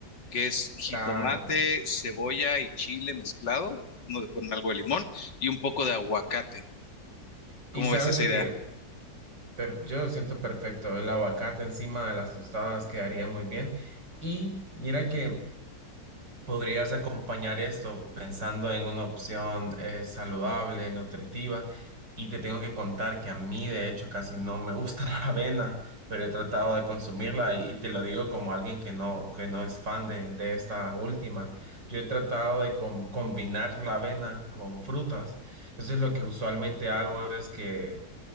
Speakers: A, on the left (about 90°); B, on the right (about 85°).
A: que es jitomate,
B: Claro.
A: cebolla y chile mezclado. Uno le ponen algo de limón y un poco de aguacate.
B: Y
A: ¿Cómo
B: sabes
A: ves esa
B: de
A: idea?
B: que per- yo lo siento perfecto, el aguacate encima de las tostadas quedaría muy bien. Y mira que Podrías acompañar esto pensando en una opción eh, saludable, nutritiva. Y te tengo que contar que a mí, de hecho, casi no me gusta <laughs> la avena, pero he tratado de consumirla y, y te lo digo como alguien que no, que no es fan de, de esta última. Yo he tratado de com- combinar la avena con frutas. Entonces, lo que usualmente hago es que